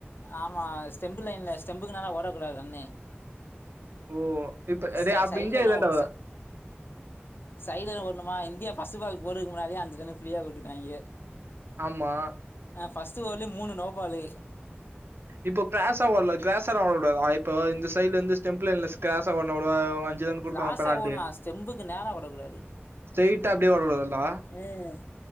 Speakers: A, on the left; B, on the right.
A: ஆமா ஸ்டெம்பு லயின்ல்ல ஸ்டெம்புக்கு நேரா ஓடக்கூடாது ரன்னு
B: ஓ! இப்ப
A: ச
B: டேய் அப்ப
A: சைட்லதா
B: இந்தியாக்கு தான்டா
A: ச சைட்ல தா ஒடணுமா இந்தியா ஃபர்ஸ்ட் பால் போட்றதுக்கு முன்னாேடியே அஞ்சு ஃப்ரீயா குடுத்துட்டாங்க
B: ஆமா
A: அ ஃபஸ்ட் ஓவர்லயே மூணு நோபாலு
B: இப்போ க்ராசா ஒட்லா க்ராசாலா ஓட கூடாதா இப்ப இந்த சைட்லந்து ஸ்டேம்ப் லைன்ல க்ராசா ஓடுனா கூட <unintelligible>
A: க்ராசா
B: பெனால்டி.
A: ஓடலாம் ஸ்டெம்புக்கு நேரரா ஒடக்கூடாது
B: ஸ்ட்ரெய்ட்டா அப்டியே ஓடக்கூடாதுல்ல?
A: ம்